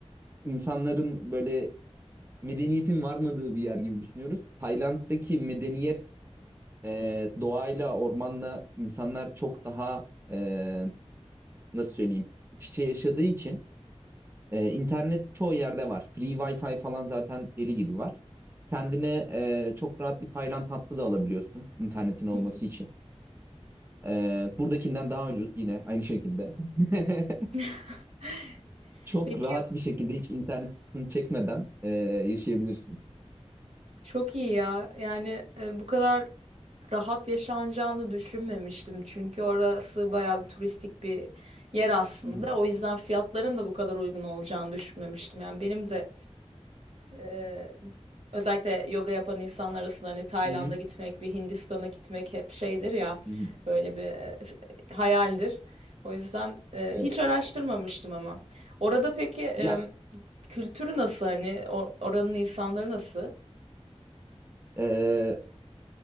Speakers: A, on the right (about 20°); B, on the right (about 70°).
A: insanların böyle medeniyetin varmadığı bir yer gibi düşünüyoruz. Tayland'daki medeniyet e, doğayla, ormanla insanlar çok daha e, nasıl söyleyeyim iç içe yaşadığı için e, internet çoğu yerde var. Free Wi-Fi falan zaten deli gibi var. Kendine e, çok rahat bir Tayland hattı da alabiliyorsun internetin olması
B: Hı hı.
A: için. E, buradakinden daha ucuz yine aynı şekilde. <laughs>
B: <laughs>
A: Çok
B: Peki
A: rahat bir şekilde hiç internet sıkıntısını çekmeden e, yaşayabilirsin.
B: çok iyi ya. Yani e, bu kadar rahat yaşanacağını düşünmemiştim. Çünkü orası bayağı bir turistik bir yer aslında.
A: Hı hı.
B: O yüzden fiyatların da bu kadar uygun olacağını düşünmemiştim. Yani benim de e, özellikle yoga yapan insanlar arasında hani Tayland'a
A: Hı hı.
B: gitmek, bir Hindistan'a gitmek hep şeydir ya
A: Hı hı.
B: böyle bir e, hayaldir. O yüzden e,
A: Evet.
B: hiç araştırmamıştım ama. Orada peki e,
A: Ya
B: kültürü nasıl hani O- oranın insanları nasıl?
A: Ee,